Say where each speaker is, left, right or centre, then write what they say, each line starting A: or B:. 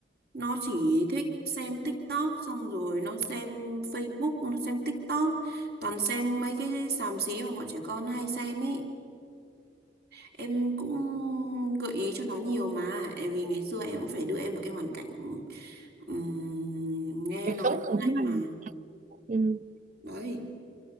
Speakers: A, on the right (about 60°); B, on the right (about 45°).
A: nó chỉ thích xem TikTok xong rồi nó xem Facebook nó xem TikTok toàn xem mấy cái xàm xí mà bọn trẻ con hay xem ấy em cũng gợi ý cho nó nhiều mà tại vì ngày xưa em cũng phải đưa em vào cái hoàn cảnh ừm, nghe
B: Cuộc
A: nói
B: sống
A: tiếng
B: cùng tiếng
A: Anh
B: Anh
A: mà
B: ừ,
A: đấy